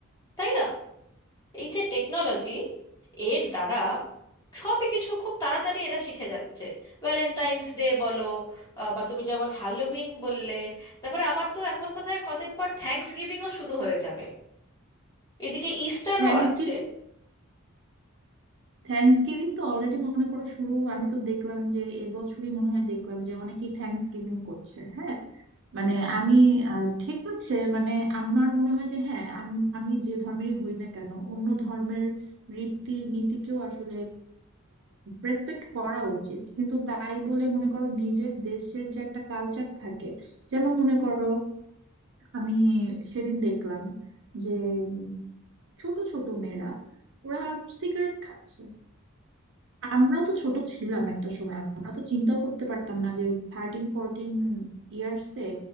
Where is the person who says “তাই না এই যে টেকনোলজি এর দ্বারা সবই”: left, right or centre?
Left